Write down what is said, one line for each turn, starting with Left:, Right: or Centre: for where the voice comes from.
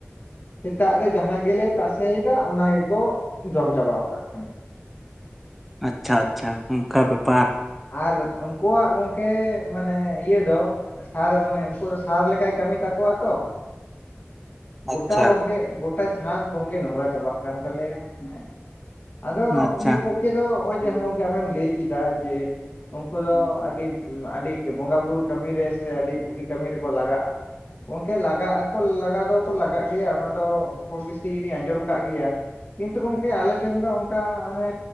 Left: ᱥᱮᱛᱟᱜ ᱨᱮ ᱡᱟᱦᱟᱸ ᱜᱮᱞᱮ ᱛᱟᱥᱮᱭᱮᱫᱟ ᱚᱱᱟ ᱜᱮᱠᱚ ᱡᱚᱢ ᱪᱟᱵᱟᱜᱳᱰ ᱠᱟᱫ ᱠᱟᱱᱟ ᱾
Centre: ᱟᱪᱪᱷᱟ ᱟᱪᱪᱷᱟ ᱚᱱᱠᱟ ᱵᱮᱯᱟᱨ
Left: ᱟᱨ ᱩᱱᱠᱩᱣᱟᱜ ᱜᱚᱝᱠᱮ ᱢᱟᱱᱮ ᱤᱭᱟᱹ ᱫᱚ ᱥᱟᱨ ᱢᱟᱱᱮ ᱩᱱᱠᱩ ᱥᱟᱨ ᱞᱮᱠᱟᱭ ᱠᱟᱹᱢᱤ ᱛᱟᱠᱚᱣᱟ ᱛᱚ ᱜᱚᱴᱟ
Centre: ᱟᱪᱪᱷᱟ
Left: ᱜᱚᱢᱠᱮ ᱜᱚᱴ ᱜᱚᱴᱟ ᱪᱷᱟᱸᱫᱽ ᱜᱚᱝᱠᱮ ᱱᱚᱝᱨᱟ ᱪᱟᱵᱟᱜ ᱠᱟᱱ ᱛᱟᱞᱮᱭᱟ ᱦᱮᱸ ᱟᱫᱚ
Centre: ᱟᱪᱪᱷᱟ
Left: ᱢᱤᱫ ᱯᱚᱠᱮ ᱟᱯᱮ ᱫᱚ ᱱᱚᱜᱼᱚᱸᱭ ᱚᱭ ᱡᱟᱸᱦᱟ ᱜᱟᱢᱠᱮ ᱟᱢᱮᱢ ᱞᱟᱹᱭ ᱠᱮᱫᱟ ᱡᱮ ᱩᱱᱠᱩ ᱫᱚ ᱟᱹᱰᱤ ᱟᱹᱰᱤ ᱵᱚᱸᱜᱟ ᱵᱩᱨᱩ ᱠᱟᱹᱢᱤᱨᱮ ᱥᱮ ᱟᱹᱰᱤ ᱵᱷᱟᱹᱜᱤ ᱠᱟᱹᱢᱤ ᱨᱮᱠᱚ ᱞᱟᱜᱟᱜᱼᱟ ᱾ ᱜᱚᱝᱠᱮ ᱞᱟᱜᱟᱜ ᱟᱠᱚ ᱞᱟᱜᱟᱣ ᱫᱚᱠᱚ ᱞᱟᱜᱟᱜ ᱜᱮᱭᱟ ᱚᱱᱟ ᱫᱚ ᱠᱚᱢ ᱵᱤᱥᱤᱧ ᱟᱸᱡᱚᱢ ᱠᱟᱫ ᱜᱮᱭᱟ, ᱠᱤᱱᱛᱩ ᱜᱚᱝᱠᱮ ᱟᱞᱮ ᱴᱷᱮᱱ ᱫᱚ ᱚᱱᱠᱟ ᱢᱟᱱᱮ